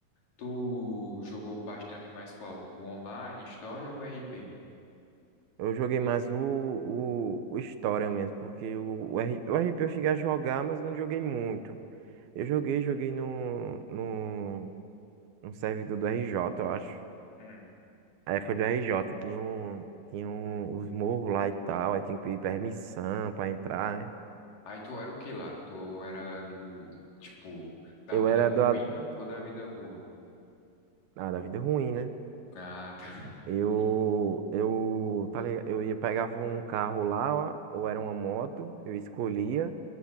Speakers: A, on the left; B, on the right.
A: Tu jogou bastante mais qual? O online, história ou RP?
B: Eu joguei mais o, o, o História mesmo, porque o, o, R, o RP eu cheguei a jogar, mas não joguei muito. Eu joguei,
A: Hum,
B: joguei no, no, num servidor do RJ, eu acho.
A: hum.
B: Aí foi do RJ, tinha um, tinha um, os morros lá e tal, aí tinha que pedir permissão pra entrar, né?
A: Aí tu era o que lá? Tu era do, tipo, da
B: Eu
A: vida
B: era
A: ruim
B: da,
A: ou da vida boa?
B: ah, da vida ruim, né?
A: Ah, <laughs> tá,
B: Eu,
A: tô ligado.
B: eu, tá ligado? Eu ia, pegava um carro lá, ou era uma moto, eu escolhia,